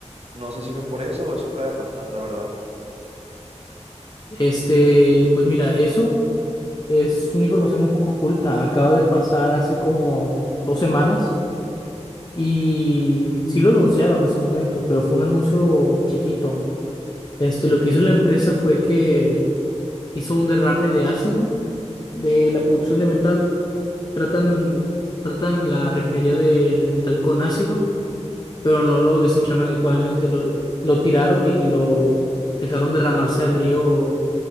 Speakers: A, on the right (about 55°); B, on the left (about 35°).
A: no sé si fue por eso o eso acaba de pasar, la verdad.
B: Este, pues mira, eso es una información un poco oculta. Acaba de pasar hace como dos semanas y sí lo anunciaron en su momento, pero fue un anuncio chiquito. Este, lo que hizo la empresa fue que hizo un derrame de ácido de la producción de metal. Tratan, tratan la refinería de, de metal con ácido, pero no lo desecharon adecuadamente. Lo, lo tiraron y lo dejaron derramarse al río.